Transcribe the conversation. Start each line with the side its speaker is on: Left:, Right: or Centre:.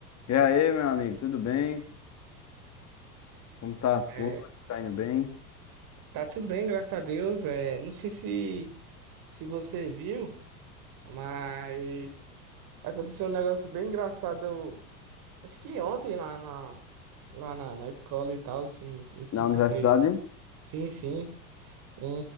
Left: E aí, meu amigo, tudo bem? Como tá as
Right: É,
Left: coisas? Tá indo bem?
Right: tá tudo bem, graças a Deus. É, não sei se, se você viu, mas aconteceu um negócio bem engraçado. Acho que ontem lá na, lá na, na escola e tal, assim, não sei
Left: Na
Right: se
Left: universidade?
Right: você. Sim, sim. E,